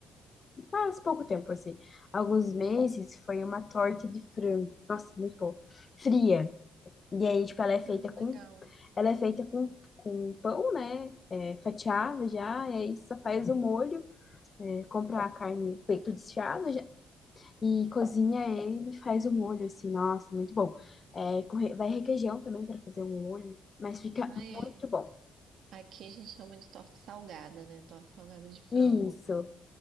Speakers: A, on the left (about 35°); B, on the right (about 75°).
A: faz pouco tempo, assim, alguns meses, foi uma torta de frango. Nossa, muito boa. Fria. E aí, tipo, ela é feita
B: Ah,
A: com,
B: legal.
A: ela é feita com, com pão, né? é, fatiado já, e aí só faz o molho. É, compra a carne, peito desfiado, e cozinha ele e faz o molho, assim, nossa, muito bom. É, com re- vai requeijão também para fazer o molho, mas fica
B: Ai,
A: muito
B: é-
A: bom.
B: aqui a gente chama de torta salgada, né? Torta salgada de frango.
A: Isso.